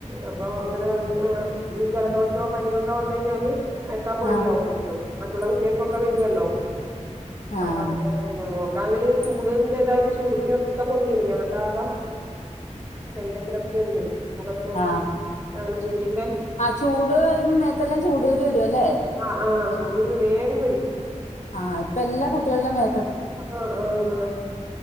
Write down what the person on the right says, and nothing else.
അപ്പൊ ഇങ്ങനെ വന്ന് ഈ ജലദോഷോ പനിയോക്കെ വന്ന് കഴിഞ്ഞാല്. അയക്കാൻ പേടിയവും
നമുക്ക് മറ്റുള്ള കുട്ട്യോൾക്കൊക്കെ വരുവല്ലോ
അപ്പൊ അങ്ങനെ ഉം നോക്കാണ്ങ്കിൽ ചൂടിന്റെതായിട്ട് ചൂട്കുരു ഒക്കെ പൊന്തിന് മേലോട്ട ആകം ശരീരത്തിലൊക്കെണ്ട് മുഖതും
അങ്ങനെ ചൂടിന്റെ
ആഹ് ആഹ് ചൂടൂരു വേഗം വരും.
അപ്പൊ ആഹ് അതെ